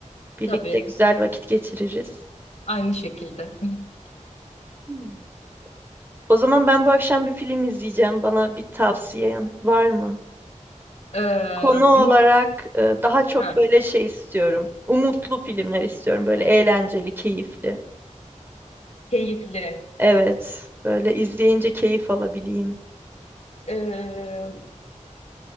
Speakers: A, on the right; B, on the left.
A: Birlikte
B: Tabii,
A: güzel vakit geçiririz.
B: aynı şekilde. <laughs>
A: Hmm. O zaman ben bu akşam bir film izleyeceğim. Bana bir tavsiyen var mı?
B: Ee,
A: Konu olarak
B: mi-
A: e, daha çok
B: ha,
A: böyle şey istiyorum. Umutlu filmler istiyorum. Böyle eğlenceli, keyifli.
B: keyifli.
A: Evet, böyle izleyince keyif alabileyim.
B: Ee,